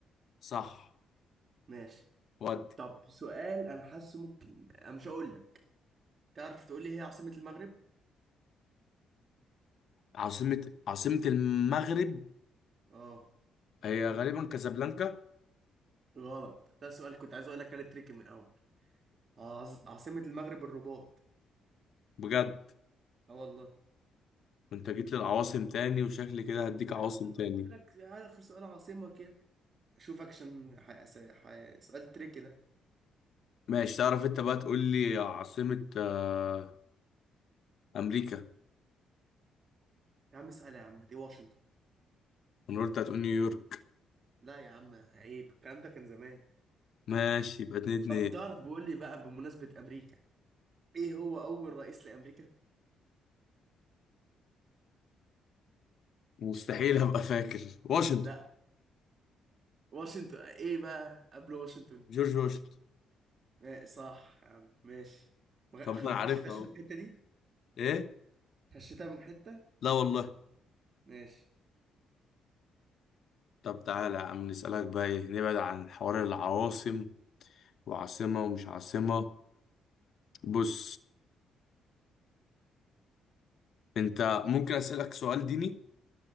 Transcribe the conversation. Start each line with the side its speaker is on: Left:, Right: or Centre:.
Left: صح
Right: ماشي
Left: ودي
Right: طب سؤال انا حاسه ممكن انا مش هقول لك تعرف تقول لي هي عاصمه المغرب
Left: عاصمة عاصمة المغرب
Right: اه
Left: هي غالبا كازابلانكا
Right: غلط ده سؤال كنت عايز اقول لك انا تريكي من الاول عاص- عاصمه المغرب الرباط
Left: بجد
Right: اه والله
Left: أنت جيت للعواصم تاني وشكلي كده هديك عواصم
Right: لا انا
Left: تاني
Right: قلت لك اخر سؤال عاصمه كده اشوف اكشن ح... س- ح... سؤال تريكي ده
Left: ماشي تعرف أنت بقى تقول لي عاصمة آه، امريكا
Right: يا عم سهل يا عم دي واشنطن
Left: انا قلت هتقول نيويورك
Right: لا يا عم عيب الكلام ده كان زمان
Left: ماشي يبقى اتنين اتنين
Right: طب تعرف بقول لي بقى بمناسبة امريكا ايه هو اول رئيس لامريكا
Left: مستحيل ابقى فاكر واشنطن
Right: لا واشنطن ايه بقى قبل واشنطن
Left: جورج واشنطن
Right: ما- صح يا عم ماشي ما
Left: طب
Right: خ-
Left: ما
Right: ما
Left: انا عارفها
Right: خشيتهاش
Left: اهو
Right: من الحتة دي
Left: ايه
Right: خشيتها من حتة
Left: لا والله
Right: ماشي
Left: طب تعالى يا عم نسألك بقى ايه نبعد عن حوار العواصم وعاصمة ومش عاصمة بص انت ممكن اسألك سؤال ديني